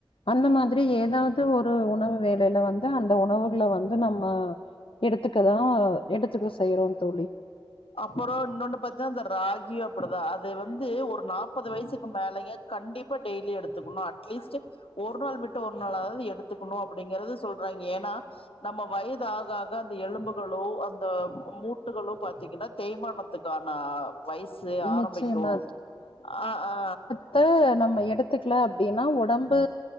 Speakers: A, on the left (about 75°); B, on the left (about 90°).
A: அந்த மாதிரி ஏதாவது ஒரு அந்த மாதிரி எதாது ஒரு உணவு வேளையில வந்து அந்த உணவுகள வந்து நம்ம எடுத்துக்கதா எடுத்துக்க செய்யறோ தோழி.
B: அப்றோ இன்னொன்னு பாத்தா இந்த ராகி அப்டிதா அது வந்து ஒரு நாற்பது வயசுக்கு மேலயே கண்டிப்பா டெய்லி எடுத்துக்கணு அட்லீஸ்ட். ஒரு நாள் விட்டு ஒரு நாளாது எடுத்துக்கணு அப்டிங்கிறத சொல்றாங்க ஏன்னா நம்ம வயது ஆக ஆக அந்த எலும்புகளோ அந்த மூ மூட்டுகளோ பாத் தீங்கன்னா தேய்மானத்துக்கான வயசு ஆரம்பிக்கு
A: நிச்சயமா
B: ஆ ஆ
A: த்த நம்ம எடுத்துக்கல அப்டின்னா ஒடம்பு